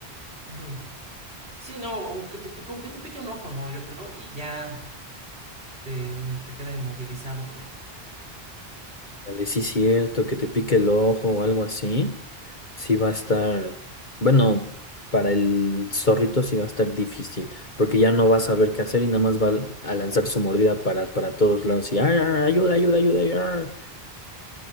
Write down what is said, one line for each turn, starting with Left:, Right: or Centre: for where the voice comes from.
Right: Ujú. Sí, no, o que te, pi- con que te pique un ojo, ¿no? Yo creo, y ya te, te queda inmovilizado, ¿no?
Left: Dale, sí, cierto, que te pique el ojo o algo así. Sí va a estar. Bueno, para el zorrito sí va a estar difícil. Porque ya no va a saber qué hacer y nada más va a a lanzar su mordida para, para todos lados. Y "Ar,
Right: Para
Left: ar,
Right: atrás.
Left: ayuda, ayuda, ayuda, ayuda.